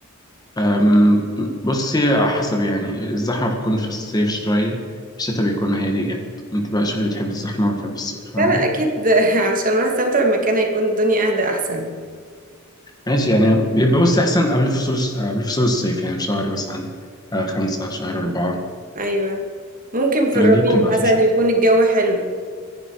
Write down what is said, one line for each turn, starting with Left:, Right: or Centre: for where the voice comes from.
Left: أم، بصي على حسب يعني الزحمه بتكون في الصيف شويه الشتا بيكون هادي جامد انت بقى شوفي بتحب الزحمه ولا بتحب الصيف فاهم
Right: لا لا اكيد <laughs> عشان اروح استمتع بمكان هيكون الدنيا اهدى احسن
Left: ماشي يعني بيبقى بصي احسن قبل فصول قبل فصول الصيف يعني في شهر مثلا آه، خمسة شهر أربعة
Right: ايوه ممكن في
Left: يعني
Right: الربيع
Left: دي بتبقى أحسن
Right: مثلا
Left: شوية
Right: يكون الجو حلو